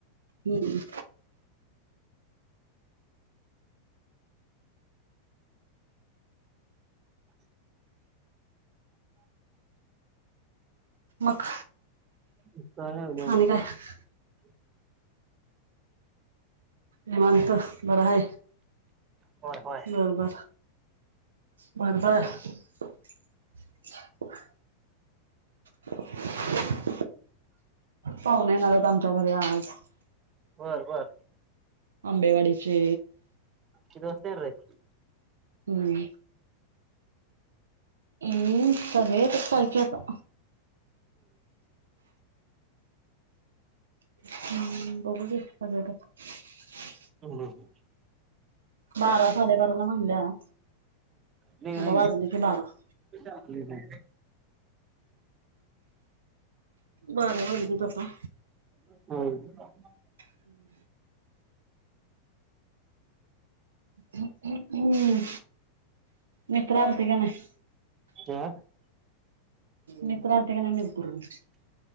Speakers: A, on the right; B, on the right.
A: हम्म. मग
B: म चांगल्या ग देवांशे
A: आणि काय निवांत बरं हाय.
B: होय होय
A: बरंबरं बरबर. <inaudible> <inaudible>
B: <inaudible>
A: पाहुणे येणारेत आमच्या घरी आज.
B: बर बरं
A: आंबेवाडीचे
B: किती वाजता येणार हाइत?
A: हम्म. हम्म करेल ते कॉल कि आता. <unintelligible>
B: हम्म हम्म.
A: बारा साडेबाराला म्हणल्यात
B: नाही नाही
A: आता वाजले की बारा
B: हम्म
A: बारा वाजलेत आता.
B: हम्म.
A: <unintelligible> हम्म मित्र आलती का नाही.
B: आ.
A: मित्र आलती का नाही म्हणलो.